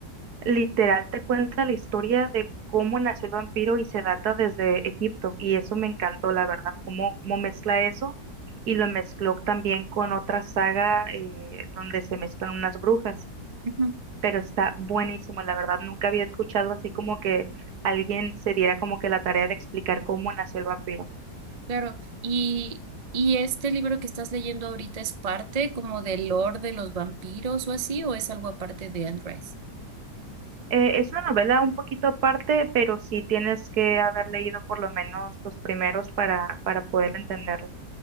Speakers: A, on the right; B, on the right.
A: literal te cuenta la historia de cómo nació el vampiro y se data desde Egipto. Y eso me encantó, la verdad, cómo, cómo mezcla eso y lo mezcló también con otra saga eh, donde se mezclan unas brujas
B: Ujú.
A: pero está buenísimo, la verdad, nunca había escuchado así como que alguien se diera como que la tarea de explicar cómo nació el vampiro.
B: Claro, y, y este libro que estás leyendo ahorita es parte como del lore de los vampiros o así, o es algo aparte de Andrés?
A: Eh, es una novela un poquito aparte, pero sí tienes que haber leído por lo menos los primeros para, para poder entenderlo.